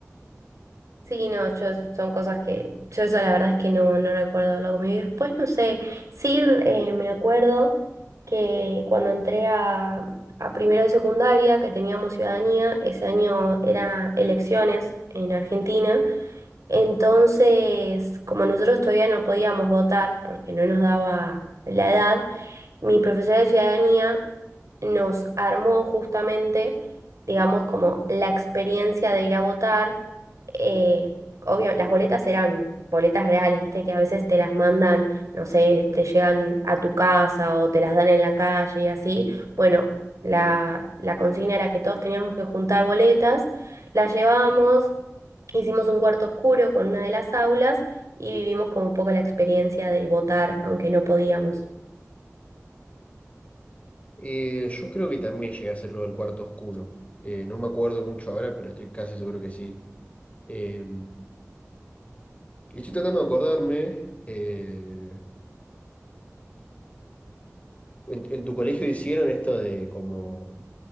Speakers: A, on the right (about 75°); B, on the left (about 25°).
A: Sí, no, yo son cosas que yo eso la verdad es que no, no recuerdo haberlo comido. Después, no sé, sí eh, me acuerdo que cuando entré a, a primero de secundaria, que teníamos ciudadanía, ese año era elecciones en Argentina entonces, como nosotros todavía no podíamos votar porque no nos daba la edad, mi profesora de ciudadanía nos armó justamente, digamos, como la experiencia de ir a votar. Eh, obvio, las boletas eran boletas reales, viste que a veces te las mandan, no sé, te llegan a tu casa o te las dan en la calle y así. Bueno, la, la consigna era que todos teníamos que juntar boletas, las llevábamos. Hicimos un cuarto oscuro con una de las aulas y vivimos como un poco la experiencia de votar, aunque no podíamos.
B: Eh, yo creo que también llegué a hacer lo del cuarto oscuro. Eh, no me acuerdo mucho ahora, pero estoy casi seguro que sí. Eh, y estoy tratando de acordarme, eh, en, en tu colegio hicieron esto de como